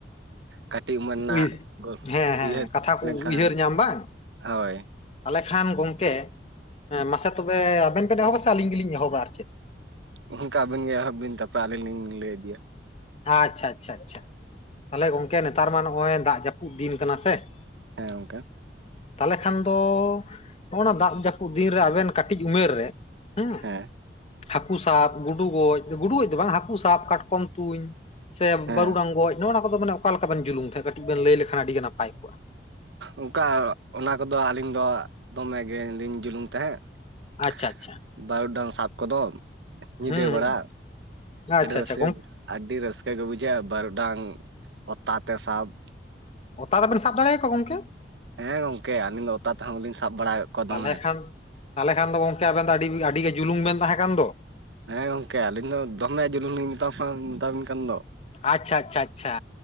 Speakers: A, on the right (about 80°); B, on the left (about 35°).
A: ᱠᱟᱹᱴᱤᱡ ᱩᱢᱮᱨ ᱨᱮᱱᱟᱜ
B: ᱩᱭ ᱦᱮᱸ ᱦᱮᱸ
A: ᱩᱭᱦᱟᱹᱨ
B: ᱠᱟᱛᱷᱟ ᱠᱚ
A: ᱞᱮᱱᱠᱷᱟᱱ
B: ᱩᱭᱦᱟᱹᱨ ᱧᱟᱢ ᱵᱟᱝ
A: ᱦᱳᱭ ᱾
B: ᱛᱟᱦᱚᱞᱮ ᱠᱷᱟᱱ ᱜᱚᱝᱠᱮ, ᱢᱟᱥᱮ ᱛᱚᱵᱮ ᱟᱵᱮᱱ ᱵᱮᱱ ᱮᱦᱚᱵᱟ ᱥᱮ ᱟᱹᱞᱤᱧ ᱜᱮ ᱞᱤᱧ ᱮᱦᱚᱵᱟ ᱟᱨ ᱪᱮᱫ ᱾
A: ᱜᱚᱢᱠᱮ ᱟᱹᱵᱤᱱ ᱜᱮ ᱮᱦᱚᱵ ᱵᱤᱱ, ᱛᱟᱯᱚᱨᱮ ᱟᱹᱞᱤᱧ ᱞᱤᱧ ᱞᱟᱹᱭ ᱤᱫᱤᱭᱟ ᱾
B: ᱟᱪᱪᱷᱟ ᱟᱪᱪᱷᱟ ᱟᱪᱪᱷᱟ, ᱛᱟᱦᱚᱞᱮ ᱜᱚᱝᱠᱮ ᱱᱮᱛᱟᱨ ᱢᱟ ᱱᱚᱜᱼᱚᱭ ᱫᱟᱜ ᱡᱟᱹᱯᱩᱫ ᱫᱤᱱ ᱠᱟᱱᱟ ᱥᱮ ᱾
A: ᱦᱮᱸ ᱜᱚᱱᱠᱮ ᱾
B: ᱛᱟᱦᱚᱞᱮ ᱠᱷᱟᱱ ᱫᱚ ᱱᱚᱜ ᱱᱟ ᱫᱟᱜ ᱡᱟᱹᱯᱩᱫ ᱫᱤᱱ ᱨᱮ ᱟᱵᱮᱱ ᱠᱟᱹᱴᱤᱡ ᱩᱢᱮᱨ ᱨᱮᱼᱼ ᱦᱩᱸ
A: ᱦᱮᱸ
B: ᱦᱟᱹᱠᱩ ᱥᱟᱵ ᱜᱩᱰᱩᱩ ᱜᱚᱡ ᱜᱩᱰᱩ ᱜᱚᱡ ᱫᱚ ᱵᱟᱝᱟ, ᱦᱟᱹᱠᱩ ᱥᱟᱵ ᱠᱟᱴᱠᱚᱢᱼᱼ ᱛᱩᱧ, ᱥᱮ
A: ᱦᱮᱸ
B: ᱵᱟᱹᱨᱩᱰᱟᱝ ᱜᱚᱡ, ᱱᱚᱜᱼᱚᱭ ᱱᱚᱣᱟ ᱠᱚ ᱫᱚ ᱢᱟᱱᱮ ᱚᱠᱟ ᱞᱮᱠᱟ ᱵᱮᱱ ᱡᱩᱞᱩᱝ ᱛᱟᱦᱮᱸᱜ ᱠᱟᱹᱴᱤᱡ ᱵᱮᱱ ᱞᱟᱹᱭ ᱞᱮᱠᱷᱟᱱ ᱟᱹᱰᱤ ᱜᱮ ᱱᱟᱯᱟᱭ ᱠᱚᱜᱼᱟ ᱾
A: ᱚᱱᱠᱟ ᱚᱱᱟ ᱠᱚᱫᱚ ᱟᱹᱞᱤᱧ ᱫᱚ ᱫᱚᱢᱮ ᱜᱮ ᱞᱤᱧ ᱡᱩᱞᱩᱝ ᱛᱟᱦᱮᱸᱫ
B: ᱟᱪᱪᱷᱟ
A: ᱾
B: ᱟᱪᱪᱷᱟ
A: ᱵᱟᱹᱨᱩᱰᱟᱝ ᱥᱟᱵ ᱠᱚᱫᱚ ᱧᱤᱫᱟᱹ
B: ᱦᱩᱸ ᱦᱩᱸ
A: ᱵᱮᱲᱟ ᱾
B: ᱟᱪᱪᱷᱟ
A: ᱟᱹᱰᱤ ᱨᱟᱹᱥᱠᱟᱹ,
B: ᱟᱪᱪᱷᱟ ᱜᱚᱝ
A: ᱟᱹᱰᱤ ᱨᱟᱹᱥᱠᱟᱹ ᱜᱮ ᱵᱩᱡᱷᱟᱹᱜᱼᱟ ᱵᱟᱨᱩᱰᱟᱝ ᱚᱛᱟ ᱛᱮ ᱥᱟᱵ ᱾
B: ᱚᱛᱟ ᱛᱮᱵᱮᱱ ᱥᱟᱵ ᱫᱟᱲᱮ ᱭᱟᱠᱚᱣᱟ ᱜᱚᱢᱠᱮ ᱾
A: ᱦᱮᱸ ᱜᱚᱝᱠᱮ ᱟᱹᱞᱤᱧ ᱫᱚ ᱚᱛᱟ ᱛᱮᱦᱚᱸ ᱞᱤᱧ ᱥᱟᱵ ᱵᱟᱲᱟ ᱟᱠᱟᱫ ᱠᱚᱣᱟ
B: ᱛᱟᱦᱚᱞᱮ
A: ᱫᱚᱢᱮ
B: ᱠᱷᱟᱱ
A: ᱾
B: ᱛᱟᱦᱚᱞᱮ ᱠᱷᱟᱱ ᱫᱚ ᱜᱚᱝᱠᱮ ᱟᱵᱮᱱ ᱫᱚ ᱟᱹᱰᱤ, ᱟᱹᱰᱤ ᱜᱮ ᱡᱩᱞᱩᱝ ᱵᱮᱱ ᱛᱟᱦᱮᱸ ᱠᱟᱱ ᱫᱚ ᱾
A: ᱦᱮᱸ ᱜᱚᱝᱠᱮ ᱟᱹᱞᱤᱧ ᱫᱚ ᱫᱚᱢᱮ ᱡᱩᱞᱩᱝ ᱞᱤᱧ ᱢᱮᱛᱟ ᱢᱮᱛᱟ ᱵᱤᱱ ᱠᱟᱱ ᱫᱚ ᱾
B: ᱟᱪᱪᱷᱟ ᱟᱪᱪᱷᱟ ᱟᱪᱪᱷᱟ,